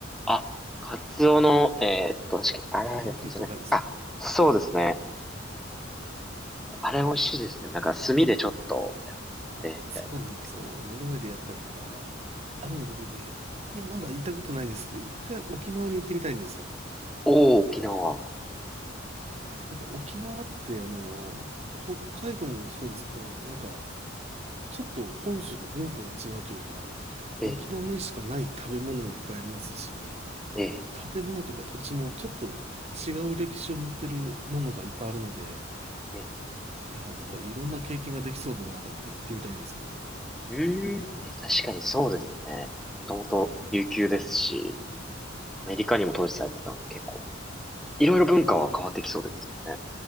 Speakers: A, in the centre; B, on the right.
A: あ、カツオの、えーっと、確かに、あら焼きじゃなくて、
B: たたきとかですね。
A: あ、そうですね。あれ美味しいですよ。なんか炭でちょっとやって、みたいな。
B: そうなんですよ。目の前でやったりとか。あ、でも僕ね、いまだ行ったことないんですけど、一回沖縄に行ってみたいんですよ。
A: おー、沖縄。
B: なんか沖縄って、あの、北海道もそうですけど、なんか、ちょっと本州と文化が違うというか、
A: ええ、
B: 沖縄にしかない食べ物もいっぱいありますし、
A: ええ、
B: 建物とか土地もちょっと違う歴史を持ってるものがいっぱいあるので、
A: ええ。
B: いや、なんかいろんな経験ができそうだなと思って行ってみたいんですよね。
A: うーん、いや確かにそうですね。もともと琉球ですし、アメリカにも統治されてたので結構いろいろ文化は変わってきそうですよね。